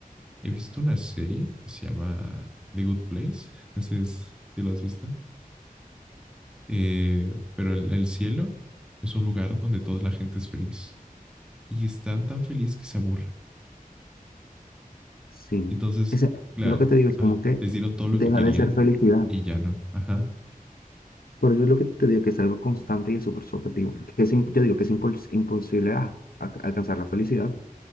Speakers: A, in the centre; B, on the left.
A: He visto una serie que se llama The Good Place, <laughs> no sé si lo has visto, Eh, pero el, el cielo es un lugar donde toda la gente es feliz y están tan feliz que se aburren
B: Sí.
A: Entonces,
B: Ese-
A: claro,
B: lo que te digo es
A: ajá,
B: como que
A: les dieron todo lo
B: deja
A: que querían
B: de ser felicidad.
A: y ya no. Ajá,
B: Por eso es lo que te digo, que es algo constante y es súper subjetivo. Que es, im- yo digo que es impos imposible ah, a- alcanzar la felicidad,